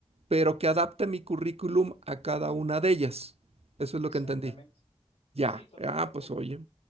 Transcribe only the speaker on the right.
pero que adapte mi currículum a cada una de ellas. Eso es
lo que entendí. Ya,
ah, pues oye.